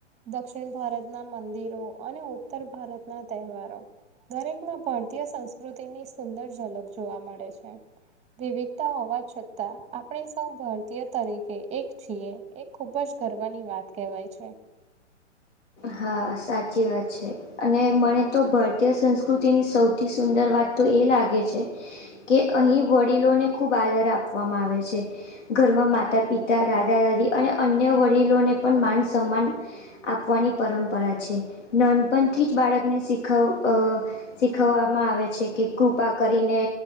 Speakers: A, on the right (about 15°); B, on the left (about 75°).
A: દક્ષિણ ભારતનાં મંદિરો અને ઉત્તર ભારતના તહેવારો. દરેકમાં ભારતીય સંસ્કૃતિની સુંદર ઝલક જોવા મળે છે. વિવિધતા હોવા છતાં આપણે સૌ ભારતીય તરીકે એક છીએ. એ ખૂબ જ ગર્વની વાત કહેવાય છે.
B: હા, સાચી વાત છે અને મને તો ભારતીય સંસ્કૃતિની સૌથી સુંદર વાત તો એ લાગે છે કે અહીં વડીલોને ખૂબ આદર આપવામાં આવે છે. ઘરમાં માતા-પિતા, દાદા-દાદી અને અન્ય વડીલોને પણ માન-સન્માન આપવાની પરંપરા છે. નાનપણથી જ બાળકને શીખવ અ શીખવવામાં આવે છે કે કૃપા કરીને,